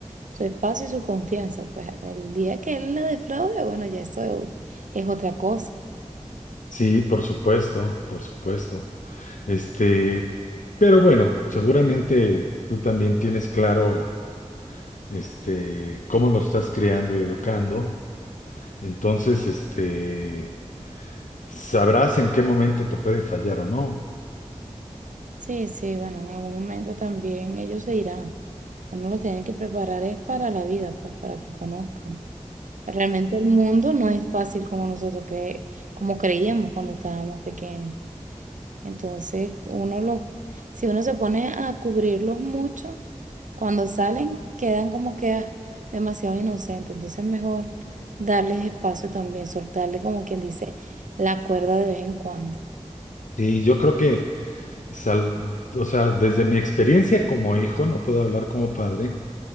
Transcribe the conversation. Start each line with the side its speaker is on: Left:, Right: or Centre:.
Right: su espacio y su confianza, pues el día que él la defraude, bueno, ya eso es otra cosa.
Left: sí, por supuesto, por supuesto. Este, pero bueno, seguramente tú también tienes claro, este, cómo lo estás criando y educando. Entonces, este, sabrás en qué momento te puede fallar o no.
Right: Sí, sí, bueno, en algún momento también ellos se irán. Uno los tiene que preparar es para la vida, pues, para que conozcan. Realmente el mundo no es fácil como nosotros cre- como creíamos cuando estábamos pequeños. Entonces, uno los, si uno se pone a cubrirlos mucho, cuando salen quedan como que ah, demasiado inocentes. Entonces, mejor darles espacio también, soltarle como quien dice la cuerda de vez en cuando.
Left: Sí, yo creo que, sal- o sea, desde mi experiencia como hijo, no puedo hablar como padre,